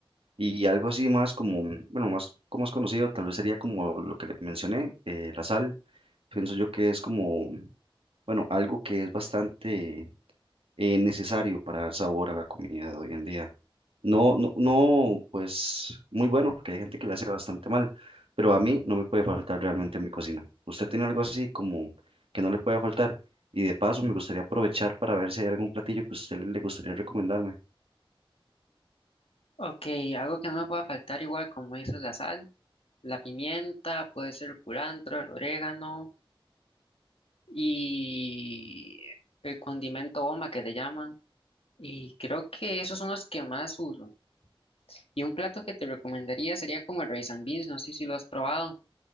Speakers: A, on the right; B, on the left.
A: Y algo así más como, bueno, más, como más conocido, tal vez sería como lo que le mencioné, eh, la sal. Pienso yo que es como, bueno, algo que es bastante eh, necesario para dar sabor a la comida de hoy en día. No, no, no, pues muy bueno, porque hay gente que le hace bastante mal, pero a mí no me puede faltar realmente en mi cocina. ¿Usted tiene algo así como que no le puede faltar? Y de paso, me gustaría aprovechar para ver si hay algún platillo que usted le gustaría recomendarme.
B: Ok, algo que no me pueda faltar igual como eso es la sal, la pimienta, puede ser el culantro, el orégano y el condimento goma que le llaman. Y creo que esos son los que más uso. Y un plato que te recomendaría sería como el rice and beans, no sé si lo has probado.